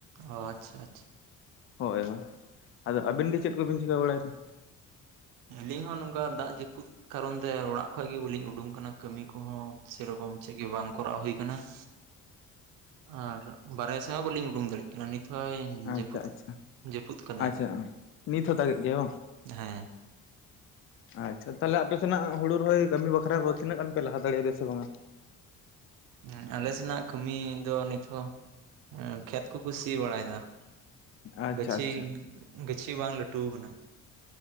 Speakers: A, on the right; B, on the left.
A: ᱚ ᱟᱪᱪᱷᱟ, ᱟᱪᱪᱷᱟ ᱾
B: ᱦᱳᱭ, ᱦᱳᱭ᱾ ᱟᱫᱚ ᱟᱹᱵᱤᱱ ᱜᱮ ᱪᱮᱫ ᱠᱚᱵᱤᱱ ᱪᱤᱠᱟᱹ ᱵᱟᱲᱟᱭ ᱫᱟ?
A: ᱟᱹᱞᱤᱧ ᱦᱚᱸ ᱱᱚᱝᱠᱟ ᱫᱟᱜ ᱡᱟᱹᱯᱩᱫ ᱠᱟᱨᱚᱱ ᱛᱮ ᱚᱲᱟᱜ ᱠᱷᱚᱡᱽ ᱜᱮ ᱵᱟᱹᱞᱤᱧ ᱩᱰᱩᱝ ᱠᱟᱱᱟ ᱠᱟᱹᱢᱤ ᱠᱚ ᱦᱚᱸ ᱥᱮᱨᱚᱠᱚᱢ ᱪᱮᱫ ᱜᱮ ᱵᱟᱝ ᱠᱚᱨᱟᱣ ᱦᱳᱭ ᱠᱟᱱᱟ ᱾
B: <inaudible>
A: ᱟᱨ ᱵᱟᱨᱦᱮ ᱥᱮᱸ ᱦᱚᱸ ᱵᱟᱹᱞᱤ ᱩᱰᱩᱝ ᱫᱟᱲᱮᱜᱼᱟ᱾ ᱱᱤᱛ ᱦᱚᱸᱭ
B: ᱟᱪᱪᱷᱟ
A: ᱡᱟᱹᱯᱩᱫ,
B: ᱟᱪᱪᱷᱟ
A: ᱡᱟᱹᱯᱩᱫ ᱠᱟᱫᱟᱭ
B: ᱟᱪᱪᱷᱟ
A: ᱾
B: ᱱᱤᱛ ᱦᱚᱸ ᱫᱟᱜᱮᱜ ᱜᱮᱭᱟ ᱵᱟᱝ?
A: ᱦᱮᱸ ᱾
B: ᱟᱪᱪᱷᱟ ᱛᱟᱦᱚᱞᱮ ᱟᱯᱮ ᱥᱮᱱᱟᱜ ᱦᱳᱲᱳ ᱨᱚᱦᱚᱭ ᱠᱟᱹᱢᱤ ᱵᱟᱠᱷᱨᱟ ᱠᱚ ᱛᱤᱱᱟᱹᱜ ᱜᱟᱱ ᱯᱮ ᱞᱟᱦᱟ ᱫᱟᱲᱮᱭᱟᱫ-ᱟ ᱥᱮ ᱵᱟᱝᱼᱟ?
A: ᱩᱸ ᱟᱞᱮ ᱥᱮᱱᱟᱜ ᱠᱟᱹᱢᱤ ᱫᱚ ᱱᱤᱛ ᱦᱚᱸ ᱩᱸ ᱠᱷᱮᱛ ᱠᱚᱠᱚ ᱥᱤ ᱵᱟᱲᱟᱭ ᱫᱟ ᱾
B: ᱟᱪᱪᱷᱟ
A: ᱜᱟᱹᱪᱷᱤ,
B: ᱟᱪᱪᱷᱟ
A: ᱜᱟᱹᱪᱷᱤ ᱵᱟᱝ ᱞᱟᱹᱴᱩ ᱠᱟᱱᱟ ᱾